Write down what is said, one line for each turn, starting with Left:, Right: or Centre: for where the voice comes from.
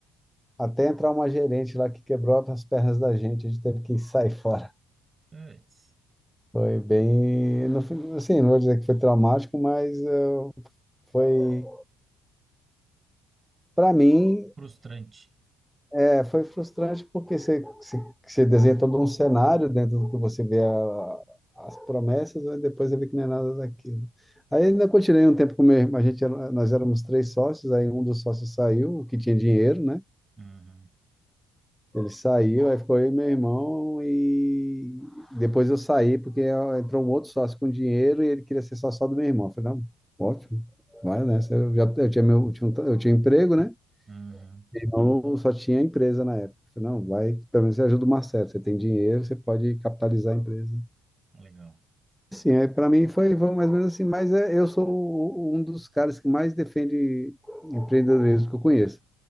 Centre: Até entrar uma gerente lá que quebrou as pernas da gente, a gente teve que sair <laughs> fora.
Right: Puts,
Centre: Foi bem, no fim- assim, não vou dizer que foi traumático, mas eh, foi, para mim,
Right: Frustrante.
Centre: É, foi frustrante porque você, você, você desenha todo um cenário dentro do que você vê a- as promessas, mas depois você vê que não é nada daquilo. Aí ainda continuei um tempo com meu irmão, a gente era- nós éramos três sócios, aí um dos sócios saiu, o que tinha dinheiro, né?
Right: Uhum,
Centre: Ele saiu, aí ficou eu e meu irmão, e depois eu saí porque ó, entrou um outro sócio com dinheiro e ele queria ser sócio só do meu irmão. Eu falei, não, ótimo, vai, né? Eu já eu tinha, meu, eu tinha um tra- eu tinha um emprego, né?
Right: uhum,
Centre: Então, só tinha empresa na época. Eu Falei, não, vai, pelo menos você ajuda o Marcelo, você tem dinheiro, você pode capitalizar a empresa.
Right: legal.
Centre: Sim, aí para mim foi, foi mais ou menos assim, mas é, eu sou o- um dos caras que mais defende empreendedorismo que eu conheço.